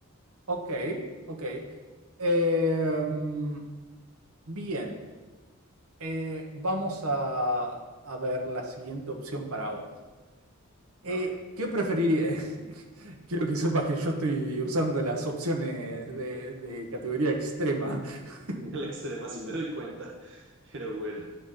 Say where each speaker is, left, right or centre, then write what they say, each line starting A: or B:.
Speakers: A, on the right; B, on the right.
A: Ok, ok. Em, bien, Eh, vamos a, a ver la siguiente opción para vos. Eh,
B: A ver,
A: ¿qué preferirías? <laughs> Quiero que sepas que yo estoy usando las opciones de, de categoría extrema. <laughs>
B: en el extremo sí me doy cuenta, <laughs> pero bueno.